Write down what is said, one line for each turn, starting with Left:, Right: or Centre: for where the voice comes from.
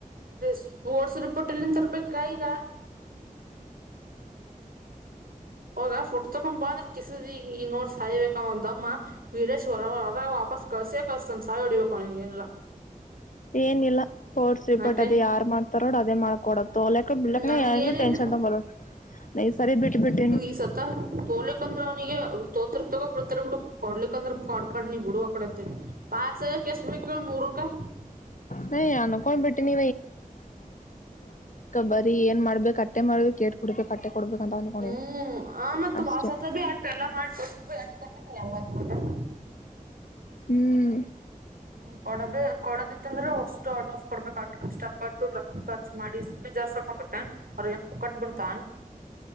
Right: ಸ್ಪೋರ್ಟ್ಸ್ ರಿಪೋರ್ಟ್ ಎಲ್ಲಿಂದ ತರ್ಬೇಕ ಈಗ ಆಗ ಫೋಟ್ ತಕೊ ಬಂದ್ರೆ ಕಿಸದಿ ಈ ನೋಡ್ ಸಾಯ್ಬೇಕ ಒಂದಮ್ಮ ವೀರೇಶ್ ಹೊರ ಹೊರ ವಾಪಸ್ ಕಳ್ಸ ಕಸ್ತಂದ ಸಾಯ್ ಹೊಡಿಬೇಕು ಅವ ನ ಏನಿಲ್ಲ
Left: ಏನ ಇಲ್ಲ ಪೋರ್ಟ್ಸ್
Right: ನನ್
Left: ಪರ್ಟ್
Right: ಕೈ
Left: ಅದ ಯಾರ್ ಮಾಡ್ತಾರೋ ಅದೇ ಮಾಡ್ಕೊಡ ತೋಲಕ್ ಬಿಡ್ಲಕ್ನ
Right: ನನ್ಗೇನಿಲ್ಲ
Left: ಏನು ಟೆನ್ಷನ್ ತಗೊಂಬರೋ ನ್ ಸರಿ ಬಿಟ್ಟ ಬಿಟ್ಟ
Right: ಈಸತ್ತ ತೋಲಿಕ್ ಅಂದ್ರ ಅವನಿಗೆ ಅ ತೋತೃತಕ ಪ್ರೃತರ ಗು ಕೊಡ್ಲಿಕ್ಕಂದ್ರ ಕೊಡ್ಬಡ್ ನೀ ಬಿಡು ಅ ಕಡೆತ್ತ ಪಾಯಸಕ ಎಷ್ಟ ಬೇಕ ನೂರು ರೂಪಾಯಿ
Left: ನ ಅನ್ಕೊಂಡ್ ಬಿಟ್ಟಿನಿ ಬರಿ ಏನ್ ಮಾಡ್ಬೇಕು ಕಟ್ಟೆ ಮಾಡ್ಬೇಕು ಕೇಟ್ ಕೊಡ್ಬೇಕು ಅಟ್ಟೆ ಕೊಡ್ಬೇಕ ಅಂತ ಅನ್ಕೊಂಡಿವಿ
Right: ಹ್ಮ್ ಆ ಮತ್
Left: ಅಷ್ಟೇ
Right: ವಾಸದ ಭಿ ಅಟ್ಟು ಎಲ್ಲ ಮಾಡ್ಕೊಟ್ರ ಕೊಟ್ಟ ಮಟ್ಟೆ
Left: ಹ್ಮ್
Right: ಹ್ಮ ಕೊಡಬೇ ಕೊಡದಿತ್ತ ಅಂದ್ರೆ ಅಷ್ಟು ಆಟ್ ಆಫ್ ಕೊಡ್ಬೇಕಕ್ ಅಕಷ್ಟ ಅಪ್ಪಟ್ಟು ರ ಖರ್ಚ್ು ಮಾಡಿ ಸುಮ್ಮನೆ ಜಾರ್ ಸ್ಪೊಂಡ ಬತ್ತ ಅವ್ರಗನ್ ಪಕಟ್ಬಿರ್ತನ್